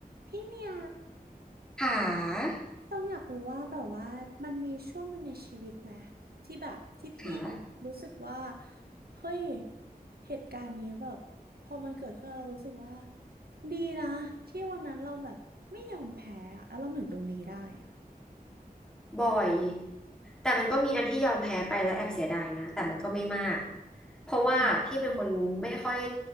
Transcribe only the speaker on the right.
พี่เมีย
ต้องอยากรู้ว่าแบบว่ามันมีช่วงหนึ่งในชีวิตไหมที่แบบที่พี่แบบรู้สึกว่า
เฮ้ยเหตุการณ์นี้แบบพอมันเกิดขึ้นแล้วเรารู้สึกว่าดีนะที่วันนั้นเราแบบไม่ยอมแพ้อะแล้วเรามาถึงตรงนี้ได้อะ
อืมอืม